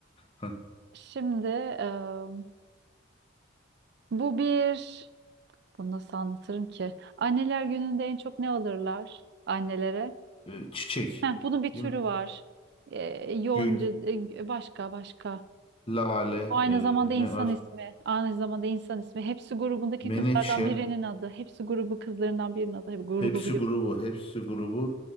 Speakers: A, on the left; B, on the right.
A: Ha,
B: Şimdi em, bu bir... Bunu nasıl anlatırım ki? Anneler gününde en çok ne alırlar annelere?
A: e, Çiçek.
B: Heh, bunun bir
A: Değil
B: türü
A: mi?
B: var. Ee, yonca,
A: Gül,
B: e, başka başka.
A: Lale,
B: Bu aynı
A: e,
B: zamanda insan
A: ne var?
B: ismi. Aynı zamanda insan ismi. Hepsi grubundaki
A: Menekşe.
B: kızlardan birinin adı. Hepsi grubu kızlarından birinin adı. Hep grubu
A: Hepsi
B: biliyorum.
A: grubu. Hepsi grubu.